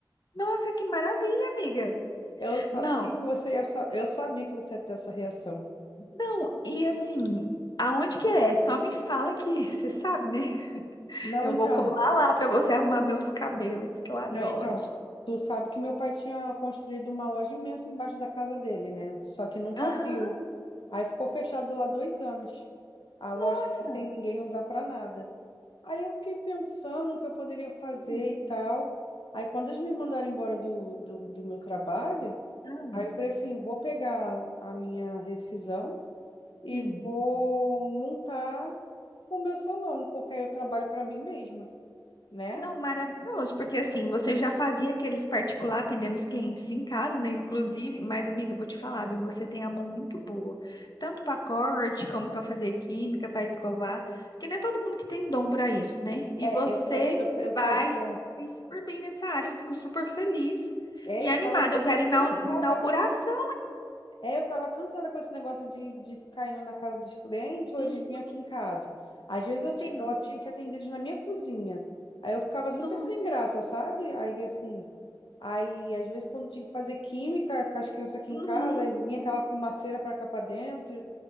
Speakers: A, on the left (about 60°); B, on the left (about 85°).
A: Nossa, que maravilha, amiga!
B: Eu sabia
A: Não,
B: que você, eu sa- eu sabia que você ia ter essa reação.
A: não, e assim, aonde que é? Só me fala que <laughs> você sabe, né?
B: Não,
A: Eu
B: então,
A: vou colar lá pra você arrumar meus cabelos, que eu adoro.
B: não, então. Tu sabe que meu pai tinha construído uma loja imensa embaixo da casa dele, né? Só que nunca
A: Aham,
B: abriu. Aí ficou fechado lá dois anos. A loja
A: nossa!
B: era sem ninguém usar para nada. Aí eu fiquei pensando o que eu poderia fazer
A: Hum,
B: e tal. Aí quando eles me mandaram embora do, do, do meu trabalho,
A: Ah,
B: aí eu falei assim, vou pegar a minha rescisão e
A: sim.
B: vou montar o meu salão, porque aí eu trabalho para mim mesma, né?
A: Não, maravilhoso, porque assim, você já fazia aqueles particular atendendo os clientes em casa, né? Inclusive, mas amiga, eu vou te falar, viu? Você tem a mão muito boa, tanto para corte, como para fazer química, para escovar, porque não é todo mundo que tem dom para isso, né? E
B: É,
A: você
B: eu, tra... eu, eu fazia...
A: vai se sair super bem nessa área, eu fico super feliz
B: É,
A: e
B: eu
A: animada.
B: tava ficando
A: Eu quero ir
B: cansada.
A: na inauguração.
B: É, eu tava cansada com esse negócio de, de ficar indo na casa dos clientes ou
A: Uhum,
B: eles vinham aqui em casa. Às vezes eu, ti-
A: sim.
B: eu tinha que atender eles na minha cozinha. Aí eu ficava
A: No,
B: super sem graça, sabe? Aí assim. Aí, às vezes, quando tinha que fazer química com as crianças aqui
A: uhum,
B: em casa, aí vinha aquela fumaceira pra cá pra dentro.